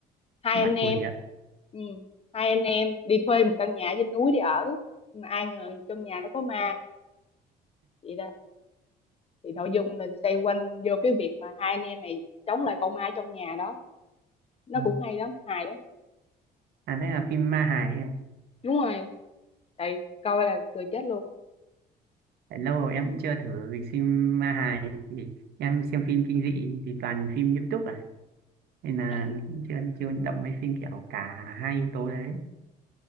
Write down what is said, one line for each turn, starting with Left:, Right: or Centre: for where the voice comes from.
Left: hai
Right: Bắt
Left: anh em
Right: quỷ ạ.
Left: ừ. hai anh em đi thuê một căn nhà trên núi để ở nhưng mà ai ngờ trong nhà nó có ma vậy đó thì nội dung là xoay quanh vô cái việc mà hai anh em này chống lại con ma trong nhà đó nó
Right: À,
Left: cũng hay lắm hài lắm
Right: à đây là phim ma hài ấy.
Left: đúng rồi tại coi là cười chết luôn
Right: Tại lâu rồi em cũng chưa thử dịch phim ma hài thì em xem phim kinh dị thì toàn phim nghiêm túc à. Nên là
Left: Tại
Right: cũng chưa chưa động mấy phim kiểu cả hai yếu tố đấy.